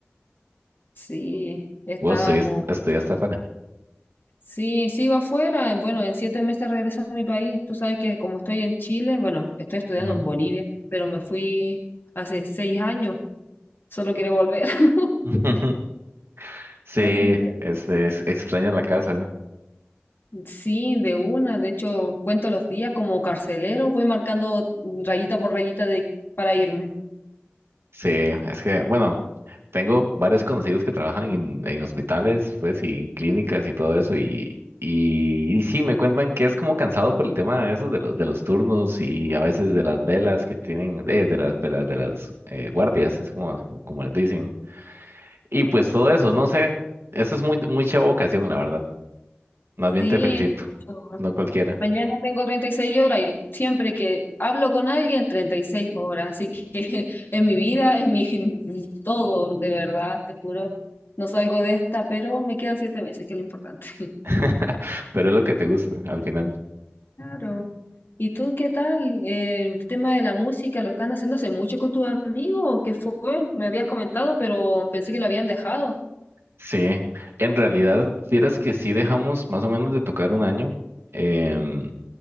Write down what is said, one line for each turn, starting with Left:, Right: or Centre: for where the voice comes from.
Left: Sí, estábamos.
Right: Vos estudias- estudiaste afuera.
Left: Sí, sigo afuera. Bueno, en siete meses regreso a mi país. Tú sabes que como estoy en Chile, bueno, estoy estudiando
Right: Ujú.
Left: en Bolivia, pero me fui hace seis años. Solo quiero volver. <laughs>
Right: <laughs> Sí,
Left: Así que.
Right: es, es extraña la casa.
Left: Sí, de una. De hecho, cuento los días como carcelero. Voy marcando rayita por rayita de, para irme.
Right: Sí, es que, bueno, tengo varios conocidos que trabajan en, en hospitales, pues, y en clínicas y todo eso, y, y, y sí, me cuentan que es como cansado por el tema de esos, de los, de los turnos y a veces de las velas que tienen, eh, de las velas, de las eh, guardias, es como, como les dicen. Y pues todo eso, no sé, eso es muy, mucha vocación, la verdad. Más bien
Left: Sí,
Right: te felicito,
Left: yo
Right: no cualquiera,
Left: mañana tengo 36 horas y siempre que hablo con alguien, 36 horas. Así que <laughs> en mi vida, en mi en todo, de verdad, te juro, no salgo de esta, pero me quedan siete meses, que es lo importante.
Right: <laughs> pero es lo que te gusta al final.
Left: Claro. ¿Y tú qué tal? Eh, el tema de la música, ¿lo están haciendo hace mucho con tus amigos? o ¿Qué fue? Me habías comentado, pero pensé que lo habían dejado.
Right: Sí, en realidad, fieras que sí dejamos más o menos de tocar un año, em,